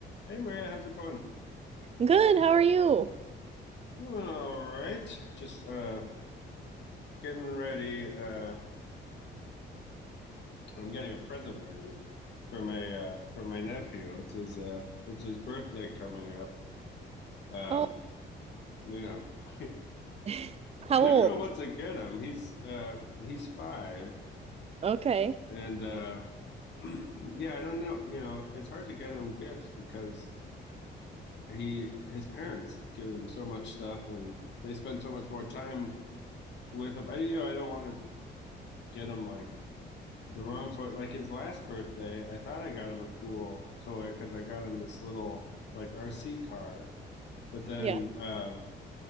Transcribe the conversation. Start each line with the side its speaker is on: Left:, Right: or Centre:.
Left: Hey Maria, how's it going?
Right: Good. How are you?
Left: Doing all right. Just uh getting ready. Uh I'm getting a present ready for my uh for my nephew. It's his uh it's his birthday coming up. Um,
Right: Oh,
Left: you know, <laughs>
Right: <laughs> how
Left: I never
Right: old?
Left: know what to get him. He's uh he's five
Right: Okay.
Left: and uh <clears throat> yeah, I don't know. You know, it's hard to get him gifts because he his parents give him so much stuff and they spend so much more time with him. I you know, I don't want to get him like the wrong toy. Like his last birthday, I thought I got him a cool toy because I got him this little like RC car. But then,
Right: Yeah.
Left: uh,